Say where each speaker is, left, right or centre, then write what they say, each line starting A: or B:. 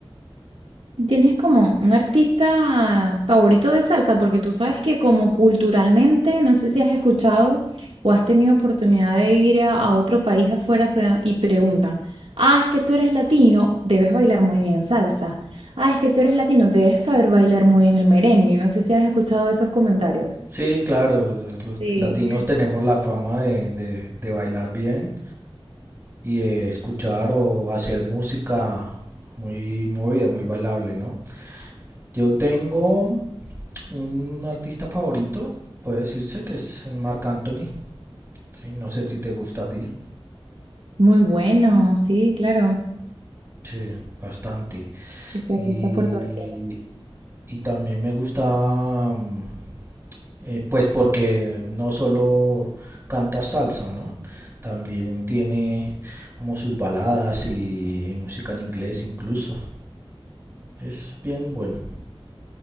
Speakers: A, on the right; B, on the right.
A: ¿Tienes como un artista favorito de salsa? Porque tú sabes que como culturalmente, no sé si has escuchado o has tenido oportunidad de ir a, a otro país afuera se- y preguntan, ah, es que tú eres latino, debes bailar muy bien salsa. Ah, es que tú eres latino, debes saber bailar muy bien el merengue. No sé si has escuchado esos comentarios.
B: Sí, claro, los
A: Sí.
B: latinos tenemos la fama de, de- de bailar bien y eh, escuchar o hacer música muy movida, muy bailable, ¿no? Yo tengo un artista favorito, puede decirse que es Marc Anthony, ¿sí? No sé si te gusta a ti.
A: Muy bueno, sí, claro.
B: Sí, bastante.
A: Este
B: Y,
A: artista puertorriqueño.
B: y también me gusta, mm, eh, pues porque no solo canta salsa, ¿no? También tiene como sus baladas y, y música en inglés incluso. Es bien bueno.